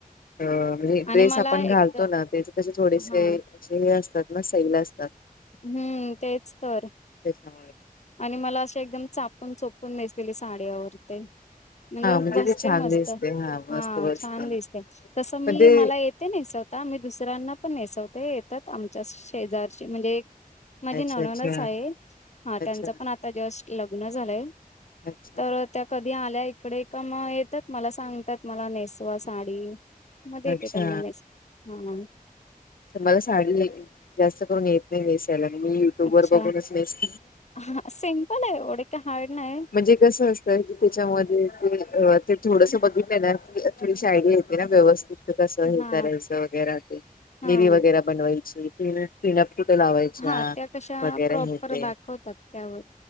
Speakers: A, on the left; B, on the left.
A: अ म्हणजे
B: आणि
A: वेस
B: मला
A: आपण
B: एकद
A: घालतो ना तेच. त्याचे थोडेसे
B: हा
A: असे हे असतात ना सैल असतात.
B: हम्म तेच तर.
A: त्या
B: आणि मला असे एकदम चापून चोपून नेसलेली साडी आवडते. म्हणजे
A: हा
B: बसते
A: ते छान
B: मस्त
A: दिसते मस्त
B: हा
A: बसते
B: छान दिसते तसं
A: पण
B: मी
A: ते
B: मला ये ते नेसवता मी दुसऱ्यांना पण नेसवते येतात आमच्या शेजारची म्हणजे माझे
A: अच्छा
B: ननंदचं
A: अच्छा
B: आहे. त्यांच
A: अच्छा
B: पण आता जस्ट लग्न झालंय
A: अच्छा
B: तर. त्या कधी आल्या इकडे का मग येतात मला सांगतात मला नेसवा साडी. मध्ये येत
A: अच्छा
B: तन मनेस हा.
A: मला साडी जास्त करून येत नाही नेसायला मी य तू
B: अच्छा
A: वर बघूनच नस
B: हा सिम्पल आहे एवढे काय हार्ड नाही
A: म्हणजे असत की त्याच्यामध्ये ते ते थोडस बदून देणार की थोडीशी आयडिया येते ना व्यवस्थित. कसं हे
B: हा
A: करायसं वगैरे ते
B: हा
A: निरी वगैरे बनवायची ती. पिनप कुठे लावायच्या
B: हा त्या कशा
A: वगैरे
B: प्रॉपर
A: हे ते
B: दाखवतात त्यावर